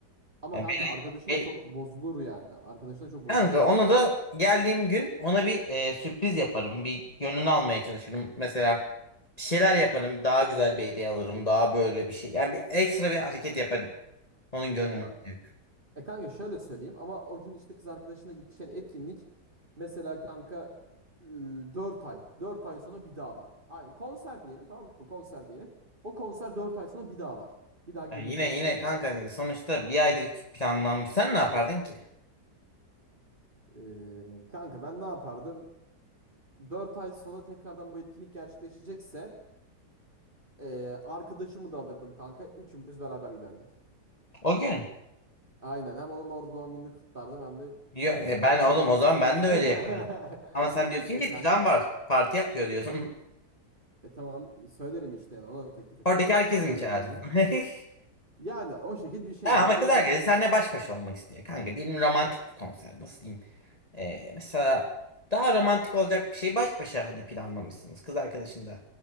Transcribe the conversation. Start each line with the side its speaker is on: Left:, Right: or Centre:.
Right: Ama
Left: Yani
Right: kanka arkadaşın
Left: belli,
Right: da çok bozulur yani. Arkadaşın da çok bozulacak
Left: Kanka ona
Right: ama yani.
Left: da geldiğim gün ona bir e, sürpriz yaparım. Bir gönlünü almaya çalışırım. Mesela bir şeyler yaparım. Daha güzel bir hediye alırım. Daha böyle bir şey. Yani bir ekstra bir hareket yaparım. Onun gönlünü
Right: He.
Left: alacak.
Right: E kanka şöyle söyleyeyim ama o gün işte kız arkadaşına gideceğin etkinlik mesela kanka 4 ay. dört ay sonra bir daha var. Aynı konser diyelim tamam mı? Konser diyelim. O konser 4 ay sonra bir daha var. Bir daha gidebileceksin
Left: Yani yine yine
Right: yani.
Left: kanka e, sonuçta bir aydır planlanmış. Sen ne yapardın ki?
Right: Ee, kanka ben ne yapardım? 4 ay sonra tekrardan bu etkinlik gerçekleşecekse ee, arkadaşımı da alırdım kanka. Üçümüz beraber giderdik.
Left: O gün.
Right: Aynen hem onun orada doğum gününü kutlardım hem de
Left: Yo,
Right: planı
Left: e,
Right: iptal
Left: ben
Right: etmemiş
Left: oğlum o
Right: olalım.
Left: zaman ben
Right: <laughs>
Left: de öyle yaparım. Ama sen diyorsun
Right: E
Left: ki
Right: kanka
Left: plan var. Parti yapıyor diyorsun. <laughs>
Right: e tamam söylerim işte yani, ona da teklif ederim.
Left: Oradaki herkesi
Right: Böyle
Left: mi çağırdın?
Right: böyle derim.
Left: <laughs>
Right: Yani o şekilde bir şey
Left: Ha,
Right: yani
Left: ama
Right: orada
Left: kız arkadaşı seninle baş başa olmak istiyor. Kanka diyelim romantik bir konser. Nasıl diyeyim? Ee, mesela daha romantik olacak bir şey baş başa hani planlamışsınız kız arkadaşında.